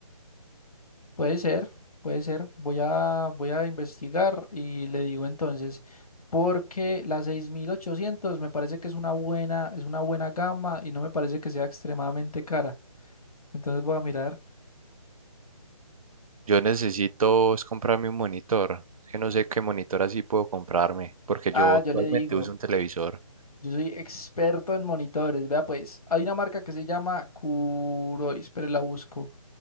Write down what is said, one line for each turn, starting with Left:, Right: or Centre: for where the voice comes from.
Left: Puede ser, puede ser. Voy a, voy a investigar y le digo entonces, porque la 6800 me parece que es una buena, es una buena gama y no me parece que sea extremadamente cara. Entonces voy a mirar.
Right: Yo necesito es comprarme un monitor. Es que no sé qué monitor así puedo comprarme, porque
Left: Ah,
Right: yo actualmente
Left: yo le digo,
Right: uso un televisor.
Left: yo soy experto en monitores. Vea pues, hay una marca que se llama Kuroi, espere la busco.